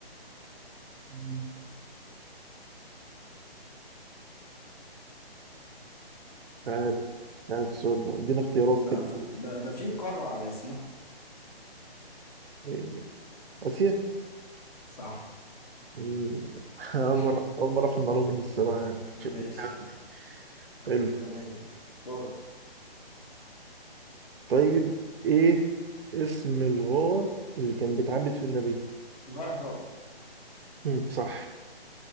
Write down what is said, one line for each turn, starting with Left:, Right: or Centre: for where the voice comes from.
Right: مم. عارف عارف السؤال ده إدينا اختيارات كده
Left: ده فوق ده, ده في قارة على اسمها
Right: إيه، آسيا
Left: صح
Right: مم. <laughs> أول
Left: <laughs>
Right: مرة أول مرة في المعلومة دي الصراحة يعني كنتش-
Left: ماشي
Right: كنتش عارف. حلو
Left: تمام دورك
Right: طيب إيه اسم الغار اللي كان بيتعبد فيه النبي؟
Left: غار حراء
Right: مم. صح